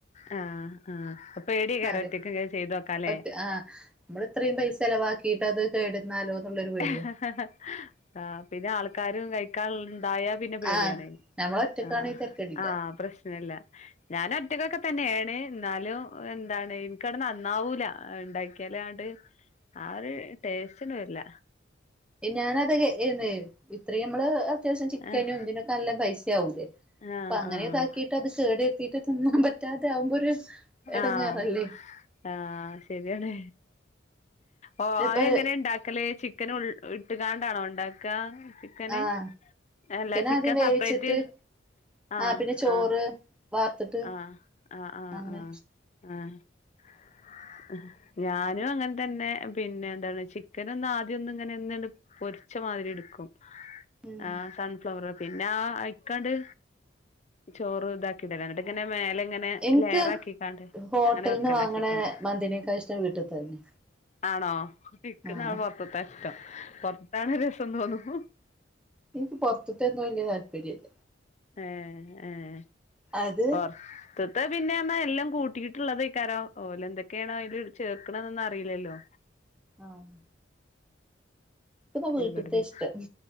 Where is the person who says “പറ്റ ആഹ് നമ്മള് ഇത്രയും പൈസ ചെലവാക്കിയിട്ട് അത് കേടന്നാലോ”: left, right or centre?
Centre